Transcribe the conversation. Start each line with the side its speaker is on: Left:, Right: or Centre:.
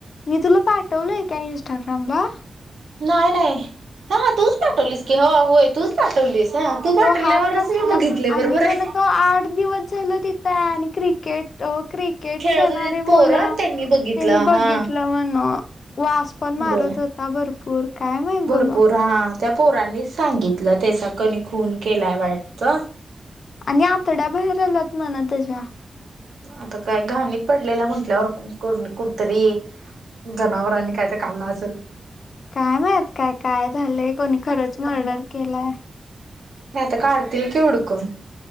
Left: मी तुला पाठवलंय का इन्स्टाग्रामला?
Right: नाय नाय... हाहा... तूच पाठवलीस की... हो.. होय तूच. तू पाठवलीस हा... तू
Left: तो
Right: पाठवल्यावरच
Left: हात कसला
Right: मी बघितलं...
Left: आणि
Right: बरोबर
Left: म्हण
Right: ए.
Left: तो आठ <unintelligible> तिथं आणि क्रिकेट... अं... क्रिक क्रिकेट
Right: खेळत
Left: खेळणारी
Right: होती
Left: मुलं...
Right: पोरं त्यांनी बघितलं
Left: तिनं बघितलं
Right: हा
Left: म्हणं. वास पण मारत
Right: बर
Left: होता भरपूर. काय माहित
Right: भरपूर
Left: बाबा
Right: हा, त्या पोरांनीच सांगितलं, त्याचा कनी खून केलाय वाटत.
Left: आणि आतड्या बाहेर आल्यात म्हण त्याच्या.
Right: आता काय घाणीत पडलेला म्हंटल्यावर <unintelligible> कुठतरी- जनावरांनी काय तर खाल्ल असंल.
Left: काय माहीत, काय, काय झालय, कोणी खरंच म ऑर्डर केलाय?
Right: नाहीतर, आता काढतील की हूडकून.